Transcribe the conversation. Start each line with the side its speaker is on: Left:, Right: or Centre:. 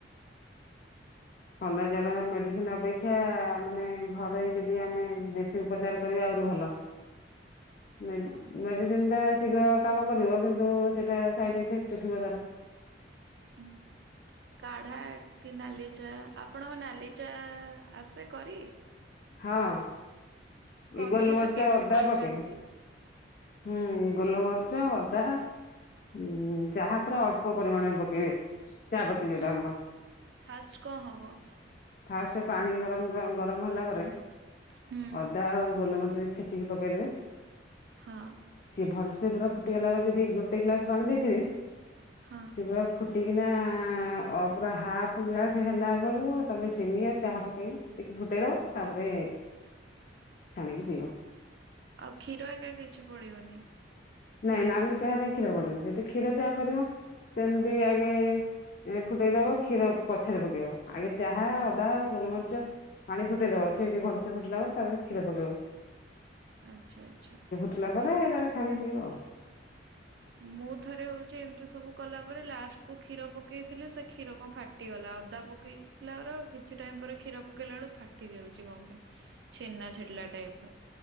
Left: ଥଣ୍ଡା ଜର ମେଡିସିନ ଅପେକ୍ଷା ମାନେ ଘରେଇ ଯଦି ଆମେ ଦେଶୀ ଉପଚାର କରିବା ଆହୁରି ଭଲ।
Right: ଉଁ।
Left: ମେନ୍ ମେଡିସିନ୍ ଟା ଶୀଘ୍ର କାମ କରିବ କିନ୍ତୁ ସେଇଟା ସାଇଡ୍ ଇଫେକ୍ଟ ଥିବ ତାର।
Right: ହୁଁ। କାଢା କି ନାଲି ଚା ଆପଣଙ୍କ ନାଲିଚା ଆସେ କରି?
Left: ହଁ। ଏଇ
Right: କହିବେ
Left: ଗୋଲମରିଚ
Right: ତ କେମିତି
Left: ଅଦା
Right: କରୁଛନ୍ତି?
Left: ପକେଇବି ହୁଁ ଗୋଲମରିଚ ଅଦା ହୁଁ ଚାହା ପୁରା ଅଳ୍ପ ପରିମାଣରେ ପକେଇବେ, ଚାପତି ଯୋଉଟା ଆମର।
Right: ଫାଷ୍ଟ୍ କଂ ହବ।
Left: ଫାଷ୍ଟ୍ ପାଣି ଗରମ ଗଂ ଗରମ ହେଲା ପରେ
Right: ହୁଁ
Left: ଅ ଦା ଆଉ ଗୋଲମରିଚ ଛେଚିକି ପକେଇଦେବେ।
Right: ହଁ।
Left: ସିଏ ଭଲସେ ପୁରା ଫୁଟିଗଲା ପରେ ଯଦି ଗୋଟେ ଗ୍ଲାସ ପାଣି ଦେଇଥିବେ
Right: ହଁ।
Left: ସିଏ ପୁରା ଫୁଟିକିନା ଅ ପୁରା ହାଫ୍ ଗ୍ଲାସ୍ ହେଲା ବଳକୁ ତମେ ଚିନି ଆଉ ଚାହା ପକେଇକି ଟିକେ ଫୁଟେଇ ଦବ ତାପରେ ଛାଣିକି ପିଇବ।
Right: ଆଉ କ୍ଷୀର ଅରିକା କିଛି ପଡିବନି?
Left: ନାଇଁ ନାଲି ଚାହରେ କ୍ଷୀର ପଡେନି, ଯଦି କ୍ଷୀର ଚାହା କରିବ ସେମିତି ଆଗେ ଏଣେ ଫୁଟେଇଦବ କ୍ଷୀର ପଛରେ ପକେଇବ ଆଗେ ଚାହା, ଅଦା, ଗୋଲମରିଚ ପାଣି ଫୁଟେଇଦବ ଛିଜି ଭଲସେ ଫୁଟିଲା ପରେ ତାପରେ‌‌ କ୍ଷୀର ପକେଇବ।
Right: ଆଚ୍ଛା ଆଚ୍ଛା।
Left: ଟୁଲା ପରେ ତାକୁ ଛାଣି ପିିଇବ।
Right: ମୁଁ ଥରେ ହଉଛି ଏମିତି ସବୁ କଲା ପରେ ଲାଷ୍ଟ୍ କୁ କ୍ଷୀର ପକେଇଥିଲି ସେ କ୍ଷୀର କ ଫାଟିଗଲା ଅଦା ପ କେଇ ଥିଲାର କିଛି ଟାଇମ ପରେ କ୍ଷୀର ପକେଇଲା ବେଳୁ ଫାଟି ଯାଉଛି କଣ ପାଇଁ? ଛେନା ଛିଡିଲା ଟାଇପ୍ ର।